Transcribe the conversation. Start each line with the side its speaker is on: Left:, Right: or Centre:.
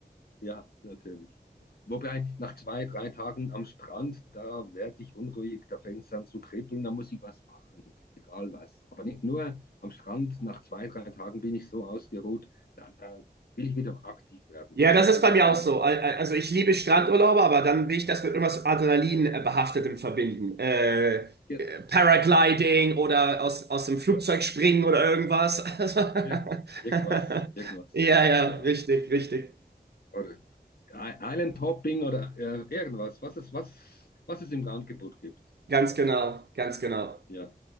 Left: Ja, natürlich. Wobei, nach zwei, drei Tagen am Strand, da werde ich unruhig, da fängt es an zu kribbeln, da muss ich was machen, egal was. Aber nicht nur am Strand, nach zwei, drei Tagen bin ich so ausgeruht, da, da will ich wieder aktiv werden,
Right: Ja, das
Left: irgendwas
Right: ist bei mir
Left: tun.
Right: auch so. Al- al- Also ich liebe Strandurlaube, aber dann will ich das mit irgendwas Adrenalin äh, behaftetem verbinden. Äh,
Left: Genau.
Right: äh, Paragliding oder aus, aus dem Flugzeug
Left: Ja.
Right: springen oder irgendwas. <laughs> Also, <laughs>
Left: Ir irgendwas, irgendwas,
Right: ja, ja,
Left: genau.
Right: richtig, richtig.
Left: Oder Island Hopping oder äh, irgendwas, was es, was, was es im Angebot gibt.
Right: Ganz genau, ganz genau.
Left: Ja.